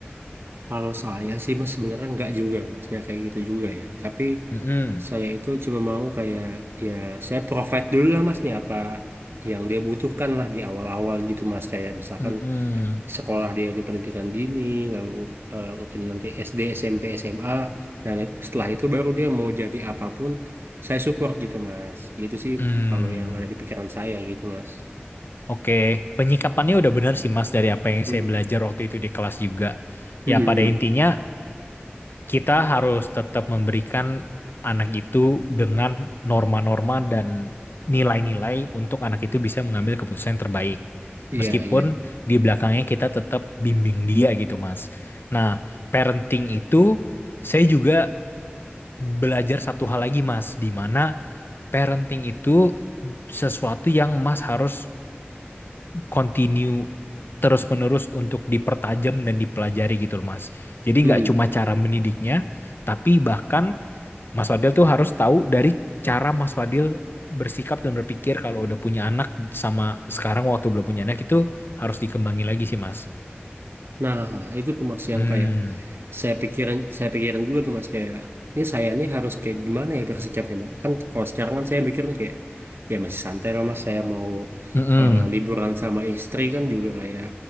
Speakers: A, on the right; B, on the left.
A: Kalau saya sih mas sebenarnya nggak juga mas, ya kayak gitu juga ya. Tapi
B: Mm-mm.
A: saya itu cuma mau kayak ya saya provide dulu lah mas nih apa yang dia butuhkan lah di awal-awal gitu mas. Kayak misalkan
B: Mm-mm.
A: sekolah dia di pendidikan dini, lalu eh, mungkin nanti SD, SMP, SMA. Nah it- setelah itu baru dia mau jadi apapun saya support gitu mas. Gitu sih
B: Hmm.
A: kalau yang ada di pikiran saya gitu mas.
B: Oke, Penyikapannya udah benar sih Mas dari apa yang
A: Hmm,
B: saya belajar waktu itu di kelas juga.
A: hmm,
B: Ya
A: hmm,
B: pada
A: hmm.
B: intinya kita harus tetap memberikan anak itu dengan norma-norma dan nilai-nilai untuk anak itu bisa mengambil keputusan yang terbaik.
A: Iya
B: Meskipun
A: iya.
B: di belakangnya kita tetap bimbing dia gitu, Mas. Nah, parenting itu saya juga belajar satu hal lagi, Mas, di mana parenting itu sesuatu yang Mas harus continue terus-menerus untuk dipertajam dan dipelajari gitu loh Mas. Jadi
A: Hmm.
B: nggak cuma cara mendidiknya, tapi bahkan Mas Wadil tuh harus tahu dari cara Mas Wadil bersikap dan berpikir kalau udah punya anak sama sekarang waktu belum punya anak itu harus dikembangin lagi sih Mas.
A: Nah, itu tuh Mas yang
B: Hmm,
A: kayak saya pikirin saya pikirin dulu tuh Mas kayak ini saya nih harus kayak gimana ya bersikapnya Mas. Kan kalau sekarang kan saya mikirnya kayak ya masih santai lah Mas, saya mau
B: mm-mm,
A: eh, liburan sama istri kan juga kayak